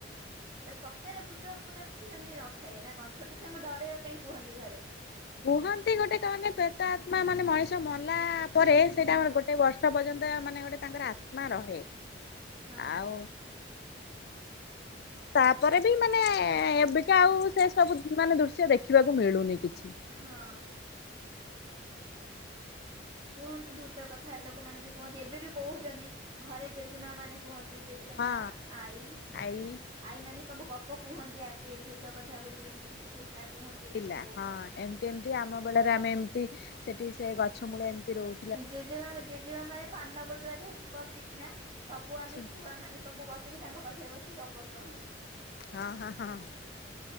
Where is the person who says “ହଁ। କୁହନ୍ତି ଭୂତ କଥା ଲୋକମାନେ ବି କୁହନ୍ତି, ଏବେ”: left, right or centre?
Right